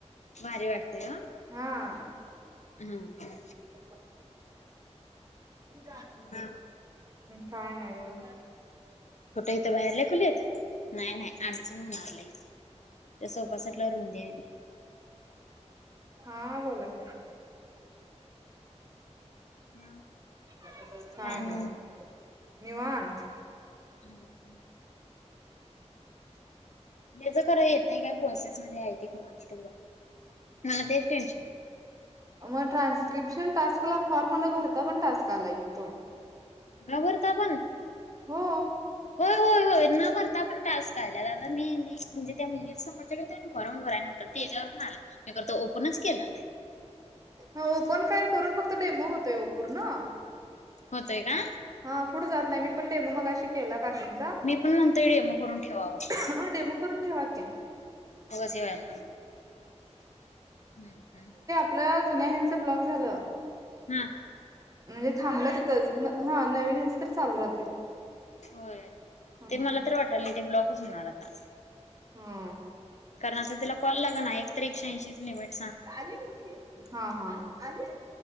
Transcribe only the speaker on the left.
भारी वाटतेय
हा
हा.
फोटं इथं बाहेरला कुलीत नाही नाही आठचण होणारल इथे तस बसटल्यावररून्याले
मग
काय आणि
हम् ह त्याच खरं येत नाही काय प्रोसेस मध्ये आहे ते ख मा असट मला तेच टेन्शन
घबरता पण
होय होय होय कोैरना भरता पण टास्क आल्यात आता मी म्हणे त्या मुलीीं समोरच्याे भरून भराय नव्हता त्याच्यावर पण आला मी करत ओपनच केला ना
होतय का
मी पण म्हणतोय डेमो करून ठेवावा
होग सिवाय नक हम्म हम्
हम्म
होय
ते मला तर वाटाले ते ब्लॉकच होणार आता
कारणता तिला कॉल लाग ना एक तर एकशऐंशीच निवट